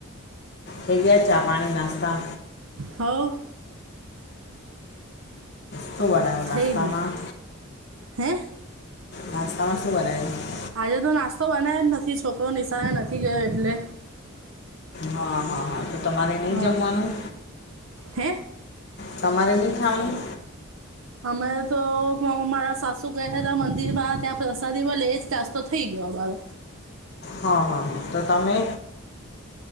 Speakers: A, on the left; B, on the right.
A: હેગિયા ચા પાણી નાસ્તા
B: હા.
A: શું બનાયુ નાસ્તા
B: થઈ ગયું
A: માં.
B: હે?
A: નાસ્તા માં શું બનાયુ?
B: આજે તો નાસ્તો બનાવ્યો જ નથી છોકરો નિશાળે નથી ગયો એટલે.
A: હા હા હા તો તમારે નહી
B: હા
A: જમવાનું.
B: હે
A: તમારે નઈ ખાવાનું
B: અમારે તો મારા સાસુ ગયા હતા મંદિરમાં ત્યાં પ્રસાદી મલે એજ તો થઈ ગયો મારો.
A: હા હા હા તો તમે.